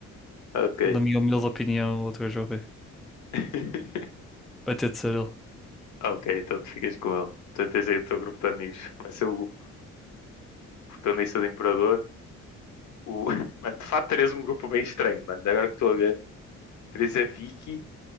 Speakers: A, on the left (about 65°); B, in the centre.
A: Ok.
B: Na minha humilde opinião, o outro gajo é o rei.
A: <laughs>
B: Vai ter de ser ele.
A: Ok, então tu ficas com ele. Tu tens aí o teu grupo de amigos. Vai ser o protagonista do Imperador. O... <laughs> Mano, de facto, terias um grupo bem estranho, mano. Agora que estou a ver. Terias a Vicky,